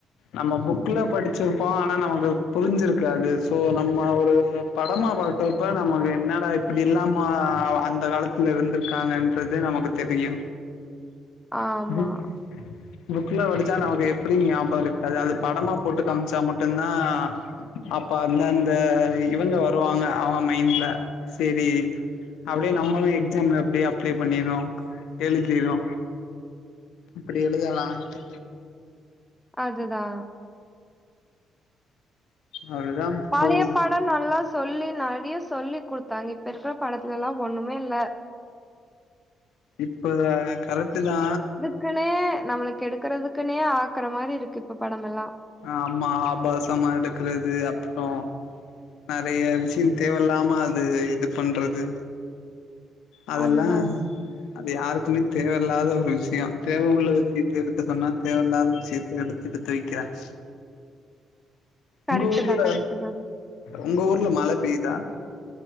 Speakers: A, on the left; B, in the centre.
A: நம்ம புக்ல படிச்சிருப்போ ஆனா நமக்கு அது புரிஞ்சிருக்காது சோ நம்ம ஒரு படமா பாக்கறப்ப நமக்கு என்னடா இப்படியேல்லாமா அந்த காலத்துல இருந்துருக்காங்கன்றதே நமக்கு தெரியு
B: ஆமா
A: புக் புக்ல படிச்சா நமக்கு எப்டி ஞாபக இருக்காது அது படமா போட்டு காமிச்சா மட்டு தா அப்ப அந்தந்த இவ்ங்க வருவாங்க அவுங்க மைண்ட்ல செரி அப்டியே நம்மளு எக்ஸாம்ல அப்டியே அப்ளை பண்ணிறோ எழுதிறோ இப்டி எழுதலான்டு
B: அதுதா
A: அவ்ளோதா
B: பழைய
A: போகுது
B: பாடோ நல்லா சொல்லி நறைய சொல்லி குடுத்தாங்க இப்ப இருக்குற படத்துலலா ஒண்ணுமே இல்ல
A: இப்ப கரெக்டு தா
B: க்குனே நம்மளுக்கு எடுக்கறதுக்குனே ஆக்குற மாரி இருக்கு இப்ப படமெல்லா
A: ஆமா ஆபசமா எடுக்குறது அப்றோ நறைய விஷ்ய தேவயில்லாம அது இது பண்றது அதெல்லா
B: அதுதா
A: அது யாருக்குமே தேவயில்லாத ஒரு விஷ்ய தேவ உள்ள விஷ்யத்த எடுக்க சொன்னா தேவயில்லாத விஷ்யத்த எடு டுத்து வைக்கிறங்க
B: கரெக்ட்டுதா
A: உங்க ஊர்ல
B: கரெக்ட்டுதா
A: உங்க ஊர்ல மழ பெய்யுதா